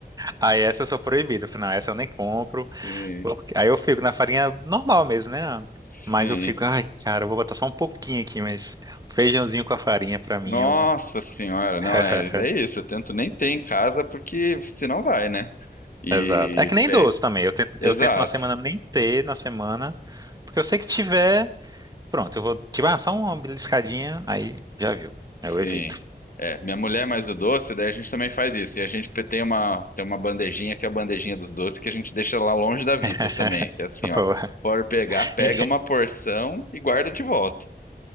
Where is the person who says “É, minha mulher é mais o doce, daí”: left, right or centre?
Left